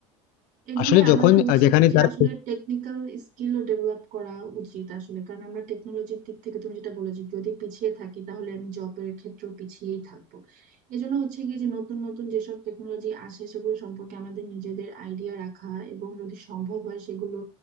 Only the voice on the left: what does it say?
আসলে যখন
আহ, যেখানে
যার